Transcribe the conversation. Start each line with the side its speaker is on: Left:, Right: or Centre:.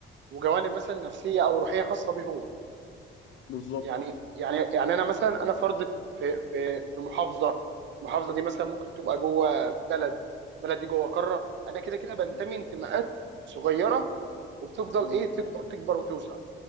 Right: وجوانب مثلا نفسيه او روحيه خاصه به هو
Left: بالظبط
Right: يعني يعني يعني انا مثلا انا فرد في في في محافظه المحافظه دي مثلا ممكن تبقى جوه بلد البلد دي جوه قاره انا كده كده بنتمي
Left: م-
Right: انتماءات صغيره وبتفضل
Left: م-
Right: ايه تكبر تكبر وتوسع